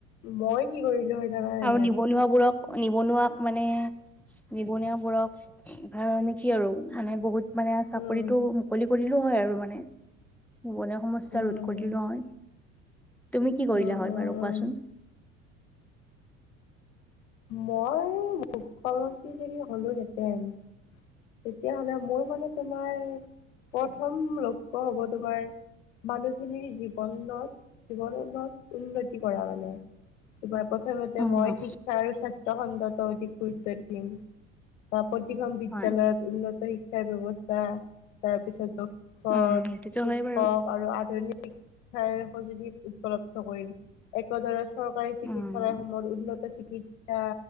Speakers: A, on the left; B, in the centre.
A: মই কি কৰিলো হয় জানানে
B: আৰু
A: নাই?
B: নিবনুৱাবোৰক নিবনুৱাক মানে নিবনুৱাবোৰক ভাল নেকি আৰু মানে বহুত মানে চাকৰিটো
A: উম,
B: মুকলি কৰিলো হয় আৰু মানে নিবনুৱা সমস্যা
A: উম,
B: ৰোধ কৰি দিলো হয় তুমি কি
A: উম,
B: কৰিলা হয়
A: উম,
B: বাৰু
A: উম।
B: কোৱাচোন
A: মই মুখ্যমন্ত্ৰী যদি হ'লোহেঁতেন তেতিয়াহ'লে মোৰ মানে তোমাৰ প্ৰথম লক্ষ্য হব তোমাৰ মানুহখিনিৰ জীৱনত জীৱনত উন্নতি কৰা মানে কিবা প্ৰথমতে
B: অ',
A: মই শিক্ষা আৰু স্বাস্থ্য খণ্ডত অধিক গুৰুত্ব দিম প্ৰতিখন বিদ্যালয়ত
B: হয়,
A: উন্নত শিক্ষাৰ ব্যৱস্থা তাৰপিছত শিক
B: উম, সেইটোতো
A: শিক্ষক
B: হয় বাৰু
A: আৰু আধুনিক শিক্ষাৰ সঁজুলি উপলব্ধ কৰিল একদৰে চৰকাৰী চিকিৎসালয়সমূহত
B: উম,
A: উন্নত চিকিৎসা